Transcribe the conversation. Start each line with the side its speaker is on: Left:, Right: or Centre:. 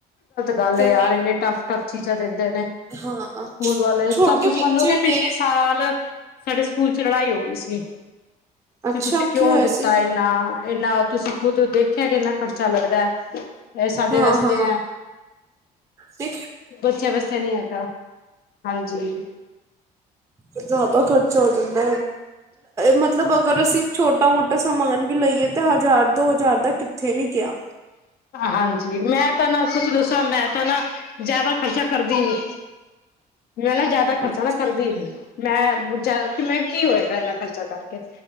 Left: ਗੱਲ
Right: ਤੇ
Left: ਹੈ ਯਾਰ
Right: ਮੈਂ
Left: ਇੰਨੇ ਟਫ ਟਫ ਚੀਜ਼ਾਂ ਦੇ ਨੇ
Right: ਹਾਂ
Left: ਸਕੂਲ ਵਾਲੇ
Right: ਛੋਟੇ
Left: ਸਰ ਤੁਸੀਂ
Right: ਬੱਚੇ
Left: ਮੰਨੋਗੇ
Right: ਨੇ
Left: ਪਿਛਲੇ ਸਾਲ ਸਾਡੇ ਸਕੂਲ ਸਕੂਲ ਚ ਲੜਾਈ ਹੋ ਗਈ ਸੀ
Right: ਅੱਛਾ
Left: ਤੇ ਤੁਸੀਂ ਕਿਉਂ
Right: ਕੀ ਹੋਇਆ
Left: ਦਿੱਤਾ
Right: ਸੀ
Left: ਏ ਇੰਨਾ ਤੁਸੀਂ ਖੁੱਦ ਦੇਖਿਆ ਕਿ ਇੰਨਾ ਖ਼ਰਚਾ ਲੱਗਦਾ ਏ ਇਹ ਸਾਡੇ
Right: ਹਾਂ
Left: ਵਾਸਤੇ
Right: ਹਾਂ
Left: ਹੈ
Right: ਤੇ
Left: ਬੱਚੇ ਵਾਸਤੇ ਨਹੀ ਹੈਗਾ ਹਾਂਜੀ
Right: ਜ਼ਿਆਦਾ ਖਰਚਾ ਹੋ ਜਾਂਦਾ ਮਤਲਬ ਅਗਰ ਅਸੀਂ ਛੋਟਾ ਮੋਟਾ ਸਮਾਨ ਵੀ ਲਈਏ ਤਾਂ ਹਜ਼ਾਰ ਦੋ ਹਜ਼ਾਰ ਦਾ ਕਿੱਥੇ ਨੀ ਗਿਆ
Left: ਹਾਂਜੀ ਮੈਂ ਤਾਂ ਨਾ ਸੱਚ ਦਸਾਂ ਮੈਂ ਤਾਂ ਨਾ ਜ਼ਿਆਦਾ ਖ਼ਰਚਾ ਕਰਦੀ ਹੀ ਨੀ ਮੈਂ ਨਾ ਜ਼ਿਆਦਾ ਖਰਚਾ
Right: ਅੱਛਾ
Left: ਨਾ ਕਰਦੀ ਨੀ ਮੈਂ <inaudible> ਮੈਂ ਕੀ ਹੋਏਗਾ ਇੰਨਾ ਖਰਚਾ ਕਰਕੇ